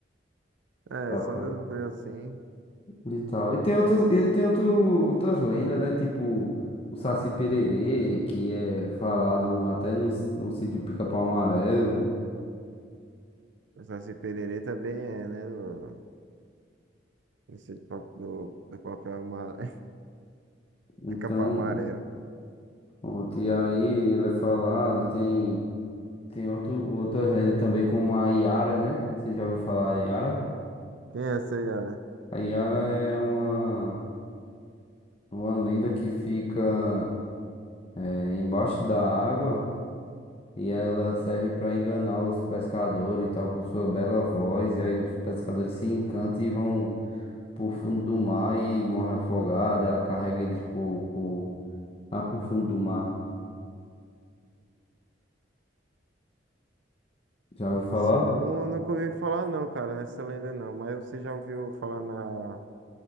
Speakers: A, on the right; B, on the left.
A: É,
B: Dá
A: só
B: pra...
A: de eu ver assim.
B: E tal. E tem outras, e tem outro, outras lendas, né? Tipo. O Saci Pererê, que é falado até no, no sítio Pica-Pau Amarelo.
A: Esse pererê também é, né? No, nesse do, do papel amarelo. <laughs>
B: Então.
A: Capa amarela.
B: Ontem e aí ele é falado, tem, tem outro, outras lendas também, como a Yara, né? Você já ouviu falar a Yara?
A: Quem é essa Yara?
B: A Yara é uma, uma lenda que fica eh, embaixo da água e ela serve para enganar os pescadores e tal, com sua bela voz. E aí os pescadores se encantam e vão pro fundo do mar e morrem afogados. Ela carrega eles pro, pro, lá pro fundo do mar. Já ouviu
A: Sim,
B: falar?
A: sim. Eu nu- nunca ouvi falar não, cara, nessa lenda não. Mas você já ouviu falar na,